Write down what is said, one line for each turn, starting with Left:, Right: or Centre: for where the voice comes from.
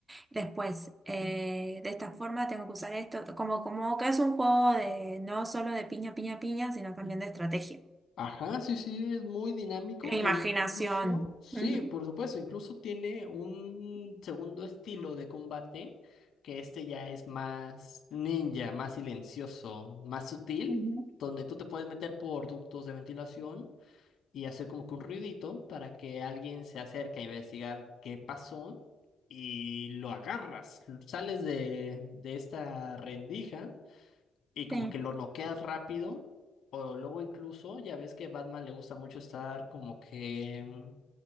Right: después, eh, de esta forma tengo que usar esto, como, como que es un juego de no solo de piña, piña, piña, sino también de estrategia,
Left: Ajá, sí, sí, es muy dinámico
Right: e
Left: e
Right: imaginación.
Left: incluso, sí,
Right: Ujú,
Left: por supuesto, incluso tiene un segundo estilo de combate que este ya es más ninja, más silencioso, más sutil,
Right: ujú,
Left: donde tú te puedes meter por ductos de ventilación y hacer como que un ruidito para que alguien se acerque a investigar qué pasó y lo agarras, sales de, de esta rendija y como
Right: Sí.
Left: que lo noqueas rápido, o luego incluso, ya ves que Batman le gusta mucho estar como que mm,